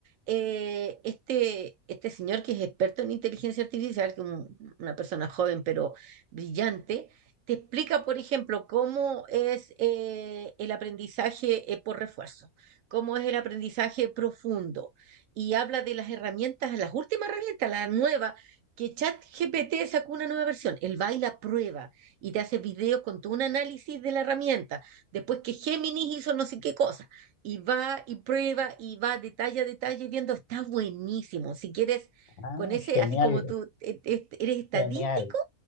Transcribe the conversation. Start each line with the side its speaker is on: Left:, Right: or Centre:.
Right: eh, este, este señor que es experto en inteligencia artificial, que un- una persona joven pero brillante, te explica, por ejemplo, cómo es eh, el aprendizaje eh, por refuerzo, cómo es el aprendizaje profundo. Y habla de las herramientas, las últimas herramientas, la nueva, que ChatGPT sacó una nueva versión, el baila prueba y te hace videos con todo un análisis de la herramienta. Después que Géminis hizo no sé qué cosa, y va y prueba y va detalle a detalle viendo, está buenísimo. Si quieres,
Left: Ah,
Right: con ese,
Left: genial.
Right: así como tú e- e- eres estadístico,
Left: Genial.